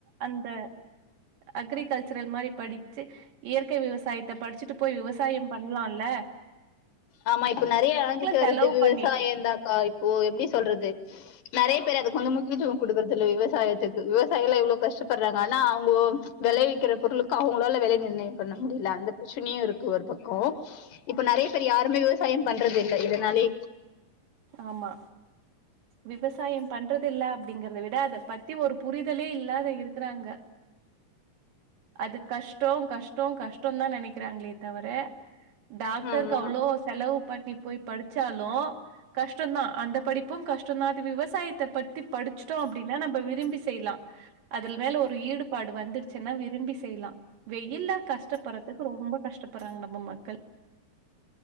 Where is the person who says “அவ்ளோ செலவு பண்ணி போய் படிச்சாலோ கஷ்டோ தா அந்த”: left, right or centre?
Right